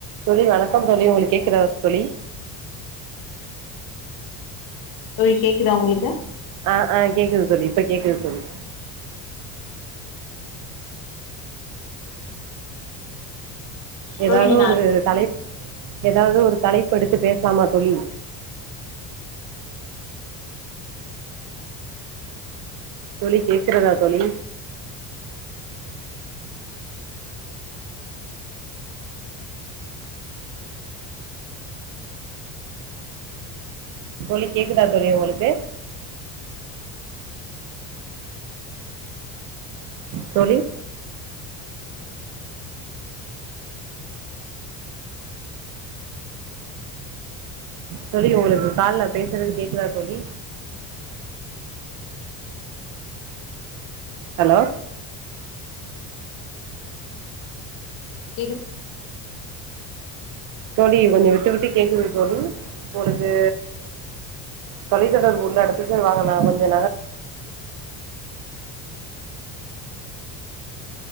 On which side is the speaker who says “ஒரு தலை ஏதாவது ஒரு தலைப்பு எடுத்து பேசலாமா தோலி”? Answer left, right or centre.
Right